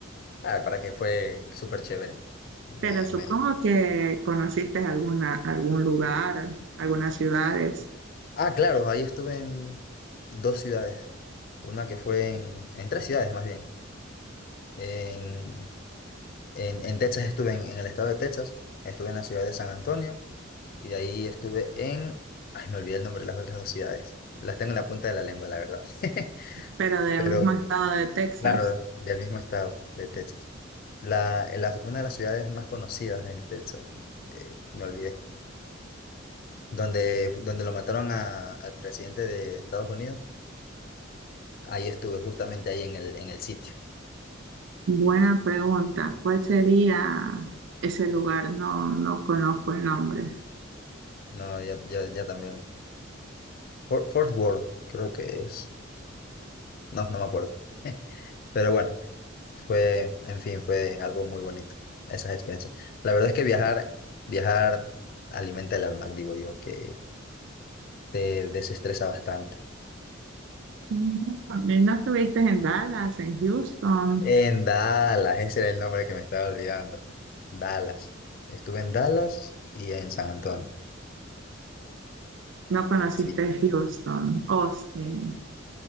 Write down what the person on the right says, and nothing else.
Pero supongo
que
conociste alguna, algún lugar, algunas ciudades,
pero del
mismo estado de Texas.
Buena pregunta. ¿Cuál sería ese lugar? No, no conozco el nombre.
Mm, ¿Y no estuviste en Dallas, en Houston?
No conociste
Houston, Austin.